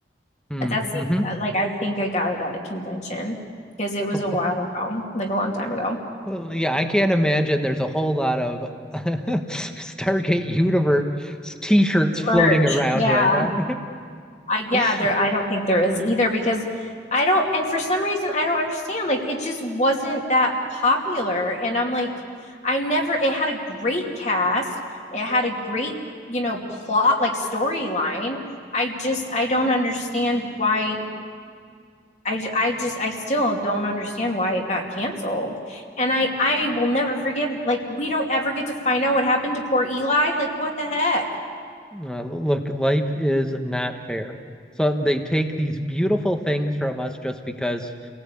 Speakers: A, in the centre; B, on the left (about 40°).
A: Mm,
B: that's the like I think I got it at a convention because it was
A: hmm
B: a while
A: <laughs>
B: ago, like a long time ago.
A: Well, yeah, I can't imagine there's a whole lot of <laughs> Stargate Universe t-shirts floating
B: Merch.
A: around
B: Yeah.
A: right now.
B: I yeah,
A: <laughs>
B: there I don't think there is either because I don't and for some reason I don't understand like it just wasn't that popular and I'm like I never it had a great cast, it had a great, you know, plot like storyline. I just I don't understand why I, ju- I just I still don't understand why it got canceled. And I I will never forgive like we don't ever get to find out what happened to poor Eli. Like what the heck?
A: Uh, look, life is not fair. So they take these beautiful things from us just because,